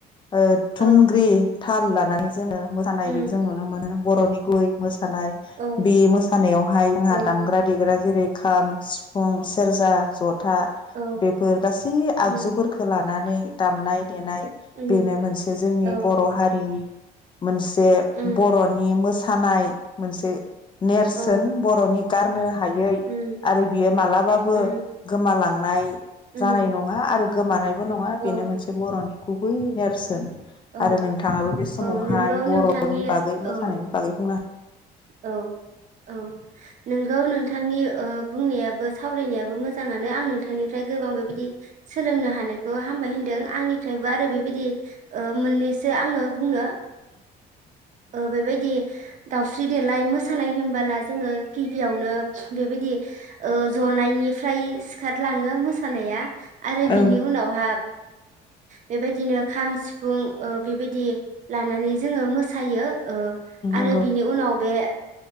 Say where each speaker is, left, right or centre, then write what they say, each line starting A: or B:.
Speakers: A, on the left (about 30°); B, on the right (about 45°).
A: ओ थुंग्रि
B: औ
A: थाल लानानै जोङो मोसानाय
B: उम
A: बेक जों नुनो मोनो बरनि गुबै मोस मोसानाय
B: औ
A: बे मोसानायाव हाय जोङा
B: औ
A: दामग्रा दे ग्रा जेरै खाम सिफुं सेरजा जथ था
B: औ
A: बेफोर गासै
B: उम
A: आगजुफोरखौ ला नानै दामनाय देनाय
B: उम
A: बेनो मोनसे जोंनि
B: औ
A: बर हारिनि मोनसे
B: उम
A: बरनि मो सानाय मोनसे ने नेरसोन
B: औ
A: बरनि गारनो हायै
B: उम
A: आरो बियो मालाबाबो
B: उम
A: गोमला- लांनाय
B: उम
A: जानाय नङा आरो गोमानाय बो नङा
B: औ
A: बेनो मोनसे बरनि गुबै नेरसोन
B: औ
A: आरो नोंथाङाबो बे समावहाय
B: औ नोंगौ
A: बर'नि
B: नोंथांनि
A: बागै
B: औ
A: मोसानायनि बागै बुंनो हायो
B: औ औ नोंगौ नोंथांनि बुंनायाबो सावरायनायाबो मोजाङानो आं नोंथांनिफ्राय गोबां बेबायदि सोलोंनो हानायखौ हामबाय होनदों आंनिफ्रायबो आरो बेबायदि मोननै जो आङो बुंनो बेबायदि दाउस -स्रि देलाय मोसानाय होनबोला जोङो गिबियावनो बेबायदि जनायनिफ्राय सिखारलाङो मोसानाया । आरो
A: औ
B: बिनि उनावहा बेबायदिनो खाम सिफुं बेबायदि लानानै जोङो मोसायो ओ आरो
A: आगौ
B: बिनि उनाव बे